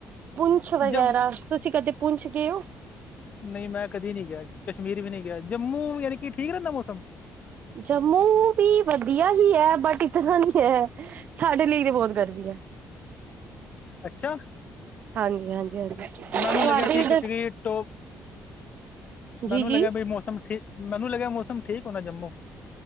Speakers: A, on the right (about 65°); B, on the left (about 50°).
A: ਪੁੰਛ ਵਗੈਰਾ,
B: ਜ
A: ਤੁਸੀਂ ਕਦੇ ਪੁੰਛ ਗਏ ਹੋ
B: ਨਹੀਂ, ਮੈਂ ਕਦੀ ਨਹੀਂ ਗਿਆ। ਕ ਕਸ਼ਮੀਰ ਵੀ ਨਹੀਂ ਗਿਆ। ਜੰਮੂ ਯਾਨੀ ਕਿ ਠੀਕ ਰਹਿੰਦਾ ਮੌਸਮ?
A: ਜੰਮੂ ਵੀ ਵਧੀਆ ਹੀ ਹੈ। ਬਟ ਇਤਨਾ ਨੀ ਹੈ। ਸਾਡੇ ਲਈ ਤੇ ਬਹੁਤ ਗਰਮੀ ਹੈ।
B: ਅੱਛਾ
A: ਹਾਂਜੀ-ਹਾਂਜੀ, ਹਾਂਜੀ।
B: ਮੈਨੂੰ
A: ਤੁਹਾਡੇ
B: ਲੱਗਿਆ ਸੀ
A: ਉਧਰ
B: ਕਿਉਂਕਿ ਟੋ, ਮੈਨੂੰ
A: ਜੀ ਜੀ
B: ਲੱਗਿਆ ਵੀ ਮੌਸਮ ਠੀਕ। ਮੈਂ ਤੁਹਾਨੂੰ ਲੱਗਿਆ, ਮੌਸਮ ਠੀਕ ਹੋਣਾ ਜੰਮੂ।